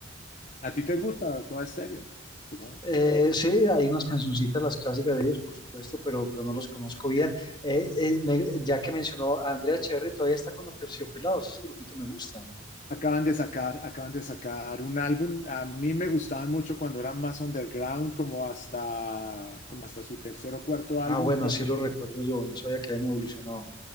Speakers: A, on the left (about 40°); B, on the left (about 25°).
A: ¿A ti te gusta Toda Estéreo? Supongo.
B: Eh, sí, hay unas cancioncitas, las clásicas de ellos, por supuesto, pero, pero no los conozco bien. Eh, eh, me- ya que mencionó a Andrea Cherry, todavía está con Aterciopelados. Ese grupito me gusta.
A: Acaban de sacar, acaban de sacar un álbum. A mí me gustaban mucho cuando eran más underground, como hasta, como hasta su tercer o cuarto álbum.
B: Ah, bueno,
A: Ya
B: así lo recuerdo yo. No sabía que habían evolucionado.